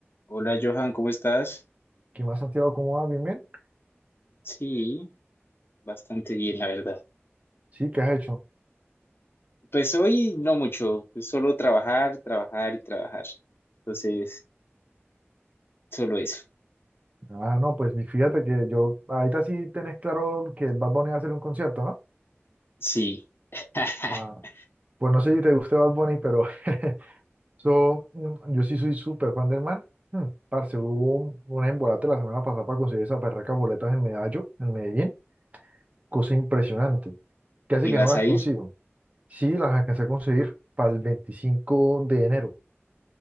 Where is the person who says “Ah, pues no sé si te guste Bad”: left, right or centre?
Right